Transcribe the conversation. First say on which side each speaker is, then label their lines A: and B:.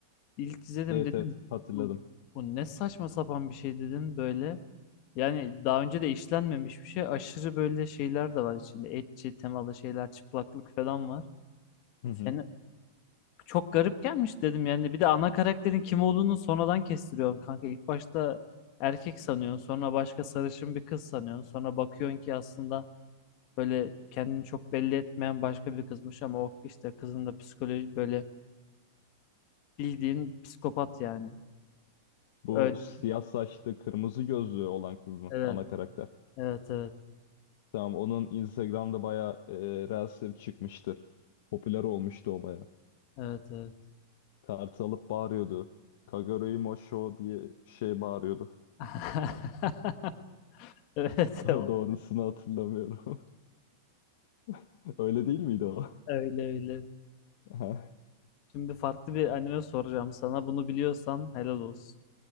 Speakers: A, on the left; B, on the left.
A: ilk izledim
B: Evet
A: dedim.
B: evet hatırladım.
A: Bu, bu ne saçma sapan bir şey dedim böyle. Yani daha önce de işlenmemiş bir şey. Aşırı böyle şeyler de var içinde. Etçi temalı şeyler, çıplaklık falan var.
B: Hı hı.
A: Yani çok garip gelmiş dedim. Yani bir de ana karakterin kim olduğunu sonradan kestiriyorsun kanka. İlk başta erkek sanıyorsun. Sonra başka sarışın bir kız sanıyorsun. Sonra bakıyorsun ki aslında Böyle kendini çok belli etmeyen başka bir kızmış ama o işte kızın da psikoloji böyle bildiğin psikopat yani.
B: Bu
A: Öyle.
B: siyah saçlı kırmızı gözlü olan kız mı?
A: Evet.
B: Ana karakter.
A: Evet evet.
B: Tamam onun Instagram'da bayağı e, Reels'leri çıkmıştı. Popüler olmuştu o bayağı.
A: Evet evet.
B: Kartı alıp bağırıyordu. Kaguroi Mosho diye bir şey bağırıyordu.
A: <laughs> Evet
B: <laughs> Daha
A: o-
B: doğrusunu hatırlamıyorum. <laughs> Öyle değil miydi o? <laughs>
A: öyle öyle.
B: Aha,
A: Şimdi farklı bir anime soracağım sana. Bunu biliyorsan helal olsun.